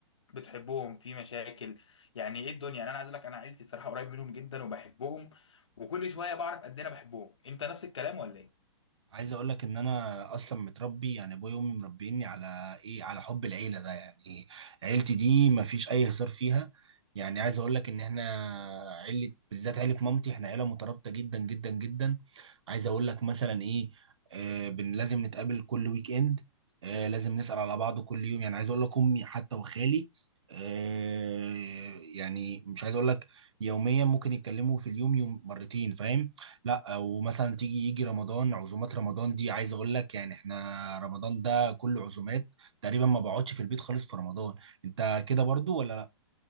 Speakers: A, on the left; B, on the right.
A: بتحبهم في مشاكل يعني ايه الدنيا يعني انا عايز اقول لك انا عيلتي صراحه قريب منهم جدا وبحبهم وكل شويه بعرف قد ايه انا بحبهم انت نفس الكلام ولا ايه
B: عايز اقول لك ان انا اصلا متربي يعني ابويا وامي مربيني على ايه على حب العيله ده يعني عيلتي دي ما فيش اي هزار فيها يعني عايز اقول لك ان احنا عيله بالذات عيله مامتي احنا عيله مترابطه جدا جدا جدا عايز اقول لك مثلا ايه آه بن لازم نتقابل كل ويك اند آه لازم نسال على بعض كل يوم يعني عايز اقول لك امي حتى وخالي آه يعني مش عايز اقول لك يوميا ممكن يتكلموا في اليوم يوم مرتين فاهم لا ومثلا تيجي يجي رمضان عزومات رمضان دي عايز اقول لك يعني احنا رمضان ده كله عزومات تقريبا ما بقعدش في البيت خالص في رمضان انت كده برضو ولا